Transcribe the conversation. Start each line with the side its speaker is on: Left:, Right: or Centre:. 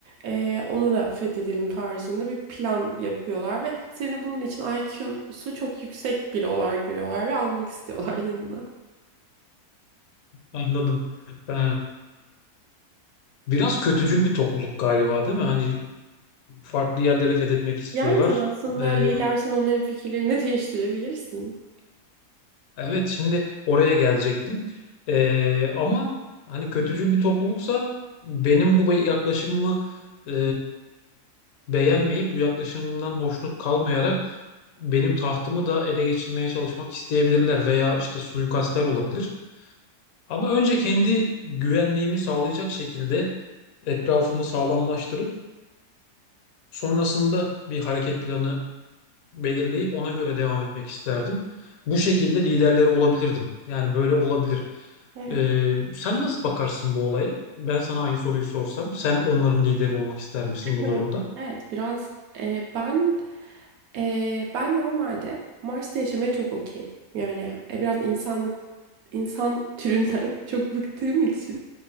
Right: Ee, onu da fethedelim tarzında bir plan yapıyorlar ve seni bunun için IQ'su çok yüksek biri olarak görüyorlar ve almak istiyorlar <laughs> yanına.
Left: Anladım. E, biraz kötücül bir topluluk galiba değil mi? Hani farklı yerleri fethetmek istiyorlar.
Right: Yani sen aslında
Left: E,
Right: lidersen onların fikirlerini de değiştirebilirsin.
Left: Evet şimdi oraya gelecektim. Ee, ama hani kötücül bir topluluksa benim bu yaklaşımımı e, beğenmeyip bu yaklaşımımdan hoşnut kalmayarak benim tahtımı da ele geçirmeye çalışmak isteyebilirler veya işte suikastler olabilir. Ama önce kendi güvenliğimi sağlayacak şekilde etrafımı sağlamlaştırıp sonrasında bir hareket planı belirleyip ona göre devam etmek isterdim. Bu şekilde liderleri olabilirdim. Yani böyle olabilir.
Right: Evet.
Left: Ee, sen nasıl bakarsın bu olaya? Ben sana aynı soruyu sorsam, sen onların lideri olmak ister misin
Right: <laughs>
Left: bu durumda?
Right: Evet, biraz e, ben e, ben normalde Mars'ta yaşamaya çok okeyim. Yani e, biraz insanlık insan türünden <laughs> çok bıktığım için